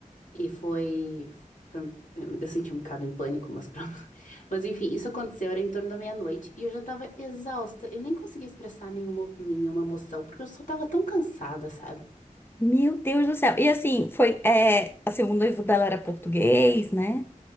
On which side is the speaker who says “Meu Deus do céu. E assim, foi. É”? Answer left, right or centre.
Left